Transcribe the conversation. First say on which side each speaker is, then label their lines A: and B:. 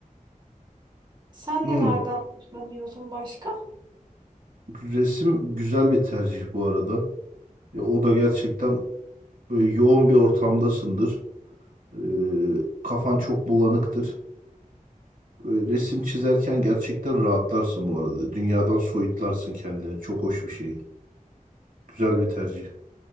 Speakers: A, on the right; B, on the right.
A: Sen
B: Hmm,
A: nelerden hoşlanıyorsun başka?
B: resim güzel bir tercih bu arada. Ya o da gerçekten böyle yoğun bir ortamdasındır. Ee, kafan çok bulanıktır. Böyle resim çizerken gerçekten rahatlarsın bu arada. Dünyadan soyutlarsın kendini. Çok hoş bir şey. Güzel bir tercih.